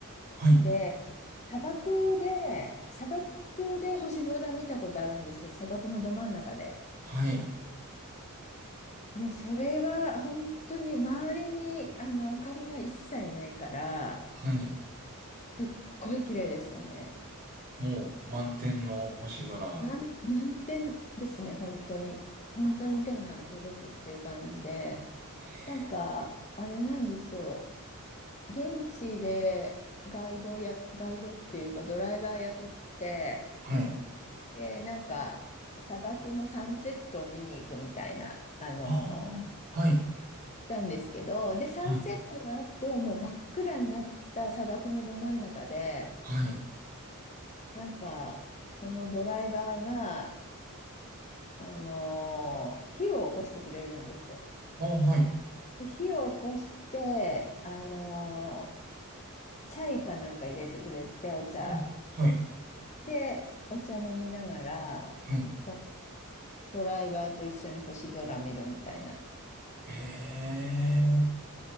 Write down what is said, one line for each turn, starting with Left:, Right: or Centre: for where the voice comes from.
Right: はい、
Left: で、砂漠で、砂漠で星空見たことあるんですよ。砂漠のど真ん中で。
Right: はい、
Left: もうそれは本当に周りにあの明かりが一切ないから、
Right: はい。
Left: すっごい綺麗でしたね。
Right: もう満天の星空。
Left: な満点ですね、本当に。本当に手が届くっていう感じで。
Right: あへえ、
Left: なんか、あれなんですよ。現地でガイドをや、ガイドっていうかドライバー雇って、
Right: はい。
Left: で、なんか、砂漠のサンセットを見に行くみたいな、あの、
Right: ああ、はい、
Left: なんですけど、で、サンセットの後、
Right: はい、
Left: もう真っ暗になった砂漠のど真ん中で、
Right: はい。
Left: なんか、そのドライバーが、あのー火を起こしてくれるんですよ。
Right: あ、はい、
Left: で、火を起こして、あのーチャイかなんか入れてくれて、お茶。
Right: あ、はい、
Left: で、お茶飲みながら、
Right: はい。
Left: そのドライバーと一緒に星空見るみたいな。
Right: へえ、